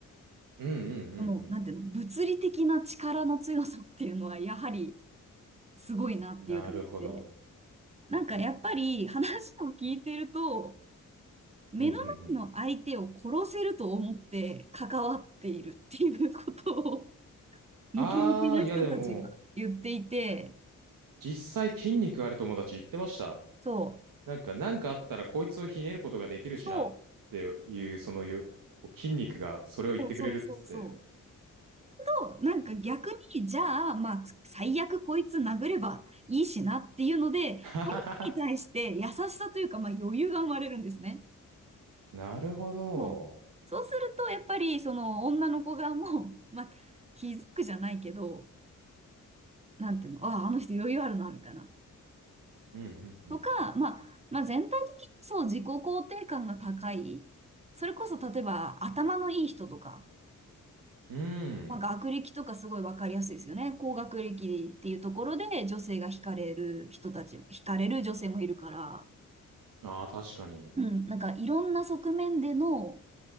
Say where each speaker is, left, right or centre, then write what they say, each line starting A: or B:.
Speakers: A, on the right; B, on the right.
A: うんうんうん
B: この、なんていうの、物理的な力の強さっていうのは、やはりすごいなっていう感じで、
A: うん。なるほど。
B: なんかやっぱり話を聞いてると、目の前の相手を殺せると思って関わっているっていうことを、
A: うんうんうん。
B: ムキムキな人たちが言っていて、
A: ああ、いやでも、実際筋肉ある友達言ってました。
B: そう、
A: なんか、なんかあったらこいつをひねることができるしなっていう、
B: そ
A: そのよ、こう筋肉がそれを言ってくれるっつって。
B: う、そうそうそうそう。と、なんか逆に、じゃあ、まあ、最悪こいつ殴ればいいしなっていうので、
A: <laughs>
B: 相
A: はははは
B: 手に対して優しさというか、まあ余裕が生まれるんですね。
A: なるほど。
B: そう。そうすると、やっぱり、その、女の子側も、<laughs> まあ、気づくじゃないけど、なんていうの、ああ、あの人余裕あるな、みたいな。
A: うんうんうんうん。
B: とか、まあ、まあ、全体的にそう、自己肯定感が高い。それこそ、例えば、頭のいい人とか、
A: うん。
B: まあ、学歴とかすごいわかりやすいですよね。高学歴っていうところで、女性が惹かれる人たち、惹かれる女性もいるから、
A: ああ、確かに。
B: うん、なんか、いろんな側面での、